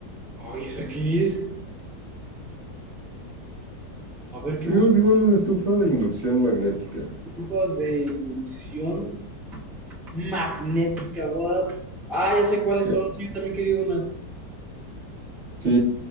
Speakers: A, in the centre; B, on the right (about 45°).
A: Ay, es aquí es. A ver, ¿qué
B: Sí,
A: busco?
B: es igual una estufa de inducción magnética.
A: Estufa de inducción magnética, what? Ah, ya sé cuáles
B: Sí,
A: son. Sí, yo también he querido una.
B: sí,